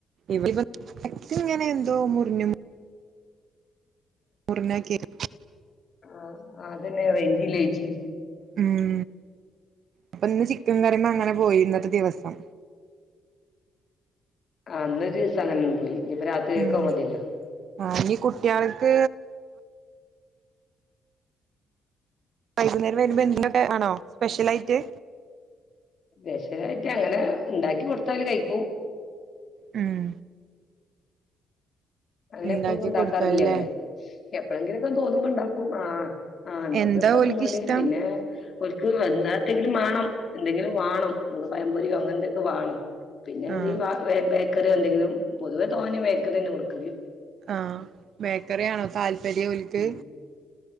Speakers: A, on the right; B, on the left.
A: ഇ ഇങ്ങനെ എന്തോ മുറിഞ്ഞമു <unintelligible>
B: ആഹ് അതന്നെ വങ്കിലേച്ചി
A: ഉം അപ്പൊ ഇന്ന് ചിക്കൻ കറിമ്മെ അങ്ങനെ പോയി ഇന്നത്തെ ദിവസം
B: ആഹ് ന്നൊരീസം അങ്ങനെൻ പോയി ഇനിയിപ്പോ രാത്രിയേക്
A: ഉം
B: അഹ് മതിയല്ലോ
A: ആഹ് ഇനി കുട്ട്യേൾക്ക് വൈകുന്നേരം വരുമ്പോ <unintelligible> ആണോ സ്പെഷ്യലായിട്ട്
B: സ്പെഷലായിട്ട് അങ്ങനെ ഉണ്ടാക്കി കൊടുത്ത ഓല് കഴിക്കൂ
A: ഉം
B: അങ്ങനെ
A: ഉണ്ടാക്കി
B: എപ്പളൊന്നും ഉണ്ടാക്കാറില്ല
A: കൊടുത്താലല്ലേ
B: ഞങ്ങള് എപ്പളങ്കിലുംക്കെ തോന്നുമ്പോ ഉണ്ടാക്കും ആഹ് ആഹ് ഉണ്ടാക്കി
A: എന്താ
B: കൊടുത്താതിന്നോല്
A: ഓൽക്ക് ഇഷ്ടം
B: പിന്നെ ഓൽക്ക് വന്നാത്തെങ്കിലും മാണം എന്തെങ്കിലും വാണം നമുക്ക് പയംപൊരിയൊ അങ്ങനെ എന്തൊക്കെ വാണം പിന്നെ എന്ത്യേ
A: ആഹ്
B: വാ ബേക്കറി എന്തെങ്കിലും പൊതുവെ തോനെ ബേക്കറിന്നെ കൊടുക്കല്
A: ആഹ് ബേക്കറി ആണോ താല്പര്യം ഓൽക്ക്
B: ഉം